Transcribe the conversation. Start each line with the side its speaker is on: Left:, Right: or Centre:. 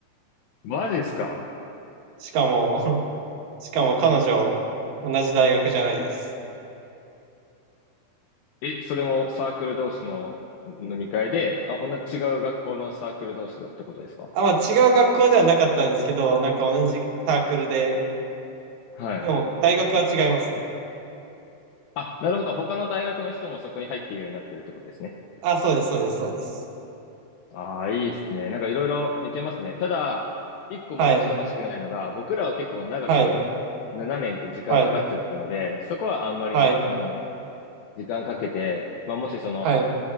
Left: マジですか
Right: しかも、しかも彼女、同じ大学じゃないです。
Left: え、それもサークル同士の飲み会で、あ、同じ違う学校のサークル同士だってことですか
Right: あ、まあ違う学校ではなかったんですけど、なんか同じサークルで、
Left: はい。
Right: でも大学は違いますね。
Left: あ、なるほど。他の大学の人もそこに入っているようになってるってことですね。
Right: あ、そうです、そうです、そうです。
Left: ああ、いいですね。なんかいろいろ似てますね。ただ、一個真似してほしくないのが、
Right: はい、
Left: 僕らは結構長く7年って時間かかっちゃったので、
Right: はい、はい、
Left: そこはあんまりね、
Right: はい、
Left: あの、時間かけて、まあ、もしその、
Right: はい、